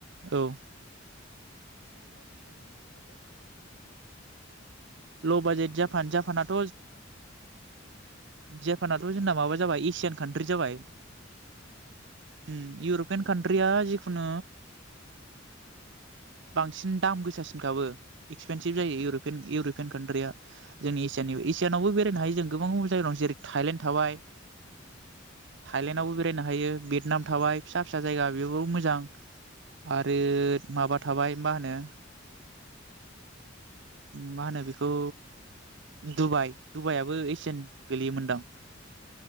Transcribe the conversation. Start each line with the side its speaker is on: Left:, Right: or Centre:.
Right: औ
Left: लबाजेटआव थाङोबा जापानानो मोजां बेस्ट
Right: ल' बाजेट जापान
Left: रावबो बारा
Right: जापानाथ'
Left: एक्सपेन्स नाङा
Right: जापान' जोंना माबा जाबाय एसियान कान्ट्रि जाबाय
Left: हम
Right: उम इउरपियान कान्ट्रिया जिखुनु बांसिन दाम गोसासिनखाबो एक्पेनसिभ
Left: औ
Right: जायो इउरपियान इउरप फरेन कान्ट्रिया जोंनि एसियानि एसियानावबो बेरायनो हायो जों गोबां गुबुन जायगायाव जेरै थाइलेण्ड थाबाय
Left: औ
Right: थायलेण्डआवबो
Left: भियेटनाम
Right: बेरायनो हायो बेत नाम थाबाय फिसा फिसा जायगा बेयावबो मोजां आरो माबा थाबाय मा होनो मा होनो बेखौ डुबाइ डुबाइयाबो एसियान गोलैयोमोनदां